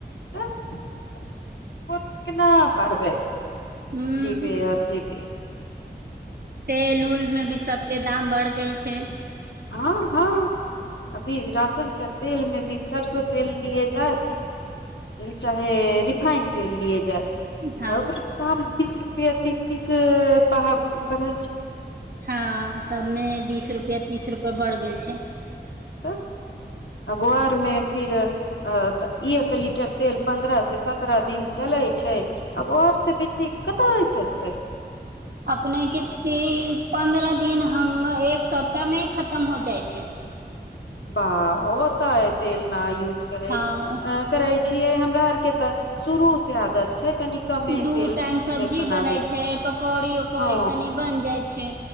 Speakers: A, on the left; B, on the right.
A: तऽ केना पब।
B: हूं
A: जीपे यर जी पे।
B: तेल उल मे भी सबके दाम बढ़ गय छै।
A: हँ हँ अभी राशन के तेल मे भी सरसो तेल लिए जाय चाहे रिफाइन तेल लिय जाय।
B: हँ
A: सब ताम। बीस रुपआ तीस तीस पा बढ़ल छै।
B: हँ। सबमे बीस रुपआ तीस रुपआ बढ़ गेल छै।
A: तब अ गुरमे फिर अ एक लीटर। तेल पंद्रह से सत्रह दिन चले छै। आब आर से बेसी कत चलतै।
B: अपने कतेक पन्द्रह दिन। हम एक सप्ताह मे ही खतम हो जाइ छै।
A: बाह ओता है तेल। न यूज करै
B: हँ
A: अ करइ। छियै हमरा आर के तऽ शुरू से आदत छै। तनि कमे
B: दू
A: तेल
B: टाइम सब्जी
A: मे बनाबे
B: बनै
A: के
B: छै पकौड़ी उकौड़ी
A: हँ
B: तनी बन जाइ छै।